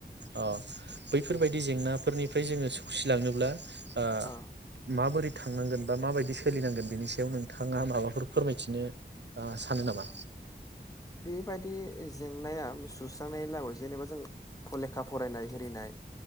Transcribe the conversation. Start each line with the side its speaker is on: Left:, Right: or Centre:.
Right: अ बैफोरबायदि जेंनाफोरनिफ्राय जोङो सौसिलाङोब्ला आ
Left: औ
Right: माबोरै थांनांगोन बा माबायदि सोलिनांगोन बेनि सायाव नोंथाङा माबाफोर फोरमायथिनो सानो नामा
Left: बे बायदि जेंनाया सुस्रांनायनिब्लाबो जेनेबा जों फ लेखा फरायनाय हिनाय